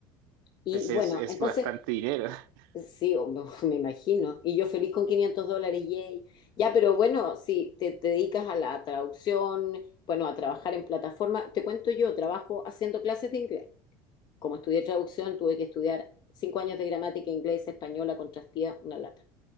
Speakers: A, on the left; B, on the right.
A: Y
B: pues
A: bueno,
B: es, es
A: entonces,
B: bastante dinero. <laughs>
A: sí, o- <laughs> me imagino. Y yo feliz con 500 dólares, yay. Ya, pero bueno, si te, te dedicas a la traducción, bueno, a trabajar en plataforma, te cuento yo, trabajo haciendo clases de inglés. Como estudié traducción, tuve que estudiar cinco años de gramática inglesa, española, contrastía, una lata.